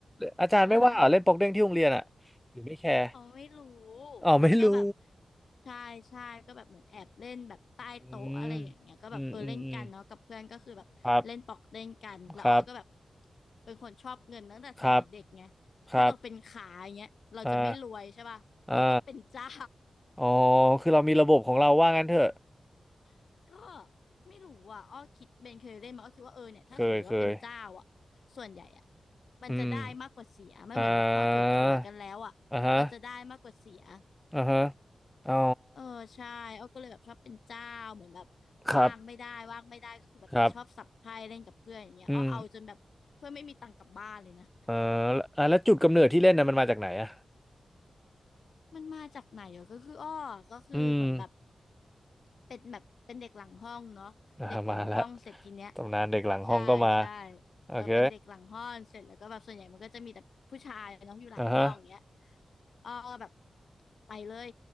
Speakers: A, in the centre; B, on the left (about 70°).
A: อาจารย์ไม่ว่าเหรอเล่นโป๊กเด้งที่โรงเรียนอ่ะหรือไม่แคร์
B: ใช่ เขาไม่รู้
A: อ๋อไม่รู้
B: มันก็แบบใช่ใช่ก็แบบเหมือนแอบเล่นแบบใต้โต๊ะอะไรอย่างเงี้ยก็แบบเออเล่นกันเนาะกับเพื่อนก็คือแบบเล่นปอกเล่นกันแล้วอ้อก็แบบ
A: อืมอืมอืมอืม ครับ ครับ
B: เป็นคนชอบเงินตั้งแต่สมัยเด็กไง
A: ครับ ครับ
B: ถ้าเราเป็นขาอย่างเงี้ยเราจะไม่รวยใช่ป่ะเราต้องเป็นเจ้า
A: อ่าอ่าอ๋อคือเรามีระบบของเราว่างั้นเถอะ
B: <laughs> ก็ไม่รู้อ่ะอ้อคิดเบนเคยเล่นมาอ้อคิดว่าเออเนี่ยถ้าสมมติว่าเป็นเจ้าอ่ะ
A: เคยเคย
B: ส่วนใหญ่อ่ะมันจะได้มากกว่าเสียไม่เหมือนแบบพอถั่วๆกันแล้วอ่ะเราจะได้มากกว่าเสีย
A: อืมอ่าอ่าฮะอ่าฮะอ๋อ
B: เออใช่อ้อก็เลยแบบชอบเป็นเจ้าเหมือนแบบว่างไม่ได้ว่างไม่ได้ก็คือแบบจะชอบสับไพ่เล่นกับเพื่อนอย่างเงี้ยอ้อเอาจนแบบเพื่อนไม่มีตังค์กลับบ้านเลยนะ
A: ครับครับ อืมเอ่อแล้วอ่าแล้วจุดกำเนิดที่เล่นน่ะมันมาจากไหนอ่ะ
B: มันมาจากไหนเหรอก็คืออ้อก็คือเหมือนแบบ
A: อืม
B: เป็นแบบเป็นเด็กหลังห้องเนาะเด็กหลังห้องเสร็จทีเนี้ย
A: อ่ามาแล้วตำนานเด็กหลังห้องก็มา
B: ใช่ใช่
A: โอเค
B: เออเป็นเด็กหลังห้องเสร็จแล้วก็แบบส่วนใหญ่มันก็จะมีแต่ผู้ชายเนาะอยู่หลังห้องเงี้ย
A: อ่าฮะ
B: อ้อก็แบบไปเลย